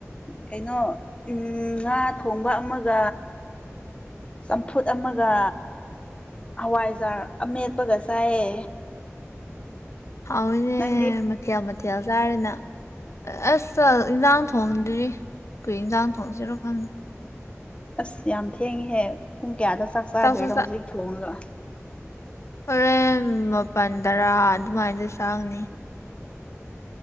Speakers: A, on the left; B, on the left.
A: ꯀꯩꯅꯣ ꯎꯝ ꯉꯥ ꯊꯣꯡꯕ ꯑꯃꯒ ꯆꯝꯐꯨꯠ ꯑꯃꯒ ꯍꯋꯥꯏꯖꯥꯔ ꯑꯃꯦꯠꯄꯒ ꯆꯥꯏꯌꯦ
B: ꯍꯥꯎꯏꯅꯦ
A: ꯅꯪꯗꯤ
B: ꯃꯊꯦꯜ ꯃꯊꯦꯜ ꯆꯥꯔꯦꯅ ꯑꯁ ꯆꯜ ꯏꯟꯖꯥꯡ ꯊꯣꯡꯗ꯭ꯔꯤ ꯀꯩ ꯏꯟꯖꯥꯡ ꯊꯣꯡꯁꯤꯔꯣ ꯈꯪ
A: ꯑꯁ ꯌꯥꯝ ꯊꯦꯡꯉꯦꯍꯦ ꯄꯨꯡ ꯀꯌꯥꯗ ꯆꯥꯛ ꯆꯥꯗꯣꯏꯔꯣ
B: ꯆꯥꯛꯁꯨ ꯆꯥ
A: ꯍꯧꯖꯤꯛ ꯊꯣꯡꯉꯒ
B: ꯍꯣꯔꯦꯟ ꯃꯥꯄꯜ ꯇꯔꯥ ꯑꯗꯨꯃꯥꯏꯗꯤ ꯆꯥꯒꯅꯤ <inaudible>